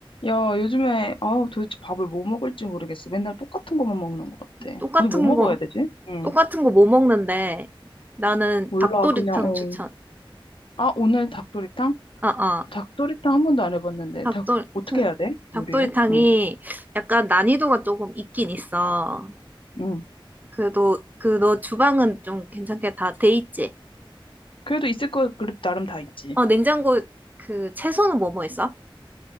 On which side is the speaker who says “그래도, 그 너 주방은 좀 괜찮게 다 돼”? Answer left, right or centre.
Right